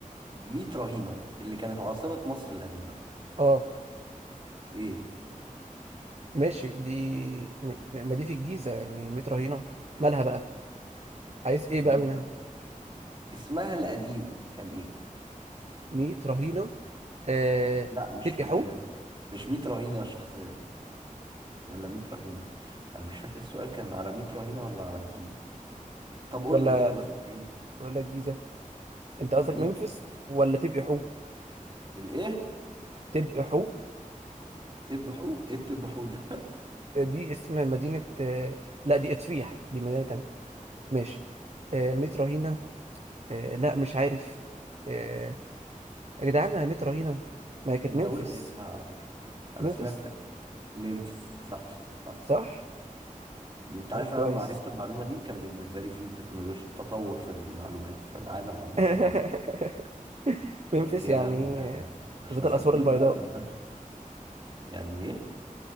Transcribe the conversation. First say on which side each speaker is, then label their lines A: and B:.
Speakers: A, on the right (about 35°); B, on the right (about 50°).
A: ميت رهينة اللي كانت عاصمة مصر القديمة
B: اه
A: ايه
B: ماشي دي م- ما دي في الجيزة يعني متر هنا مالها بقى عايز
A: في
B: ايه
A: الجيل
B: بقى منها
A: ده اسمها القديم كان ايه
B: 100 رهينه آه...
A: لا مش
B: تبقي
A: م...
B: حو
A: مش ميت رهينة شخصيا ولا ميت رهينة انا مش فاكر السؤال كان على ميت رهينة ولا على الجيزة طب قول
B: ولا
A: لي كده بس ايه
B: ولا الجيزه انت قصدك
A: ميت
B: ممفيس
A: رهينة
B: ولا تبقي حو
A: الايه
B: تبقي حو
A: تبحو ايه التبحو ده <laughs>
B: آه، دي اسم مدينه آه... لا دي اطفيح دي مدينه تانية ماشي آه... 100 رهينه آه... لا مش عارف آه... يا جدعان ما هي 100 رهينه ما هي كانت
A: انت
B: ممفيس
A: قلت اسمها على فكرة انا
B: ممفيس
A: سمعتك ممفيس صح صح
B: صح
A: انت
B: طب
A: عارف
B: كويس
A: انا لما عرفت المعلومه دي كان بالنسبه لي في تكنولوجيا تطور في المعلومات في العالم عامه
B: <laughs>
A: يعني
B: ممفيس
A: قلت يا
B: يعني
A: لهوي ده احنا
B: آه،
A: ده احنا
B: ذات
A: سابقين
B: الاسوار البيضاء
A: بقى من بدري يعني ايه